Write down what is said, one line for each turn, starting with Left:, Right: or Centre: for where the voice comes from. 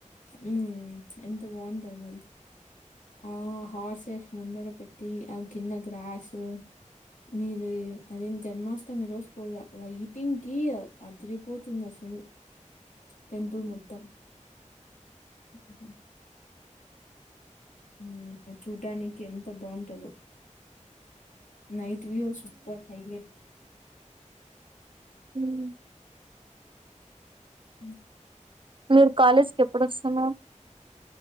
Left: మ్మ్ ఎంత బాగుంటది మలి ఆ హార్సేస్ ముందర పెట్టి ఆ కింద గ్రాసు మీరు అదేంది జన్మాష్టమి రోజు పోలా లైటింగ్ కి అదిరిపోతుంది అసలు.
Right: <inaudible>
Left: టెంపుల్ మొత్తం <inaudible> మ్మ్ చూడ్డానికి ఎంత బాగుంటదో నైట్ వ్యూ సూపర్ హైలైట్
Right: మ్
Left: మ్
Right: మీరు కాలేజీకి ఎప్పుడొస్తున్నారు?